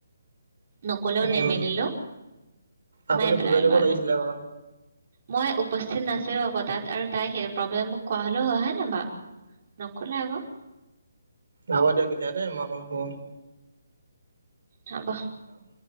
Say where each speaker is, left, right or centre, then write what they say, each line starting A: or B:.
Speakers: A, on the right; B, on the right.
A: নকলেও
B: উম
A: নেমেলিলো
B: আপুনি
A: মাই পেলাই
B: বুজাই দিব
A: লটো
B: লাগিছিলে অ
A: মই উপস্থিত নাছিলো আকৌ তাত আৰু তাই সেই প্ৰব্লেম মোক কোৱা হলেও হয় হয়নেে বাু নকলে আকৌ
B: হব দিয়ক তেতিয়া দে মই অো নখব
A: হব